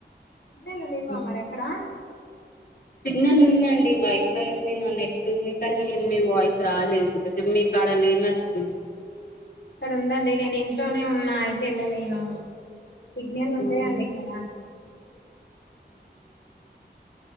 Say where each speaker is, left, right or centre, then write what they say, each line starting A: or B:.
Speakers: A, on the left; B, on the left.
A: సిగ్నల్లు లేవా
B: ఉమ్.
A: మరి అక్కడ
B: సిగ్నల్ ఉందండి. వైఫై ఉంది నా నెట్ ఉంది. కానీ ఏ మీ వాయిస్ రాలేదు ఇంక మీ మీ కడ లేనట్టుంది. బ
A: ఇక్కడ ఉందండి. నేను ఇంట్లోనే ఉన్నా అయితే వెళ్ళలేను సిగ్నల్ ఉంటాయాండి.
B: అవును.
A: ఇక్కడ
B: అవునా అండి.